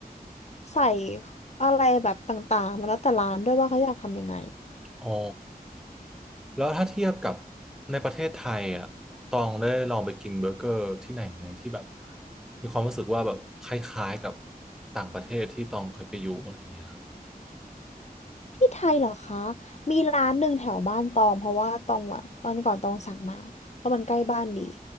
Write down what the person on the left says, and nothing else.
ใส่อะไรแบบต่างๆมาแล้วแต่ร้านด้วยว่าเขาอยากทำยังไง
ที่ไทยเหรอคะมีร้านหนึ่งแถวบ้านตองเพราะว่าตองอะตอนก่อนตองสั่งมาเพราะมันใกล้บ้านดี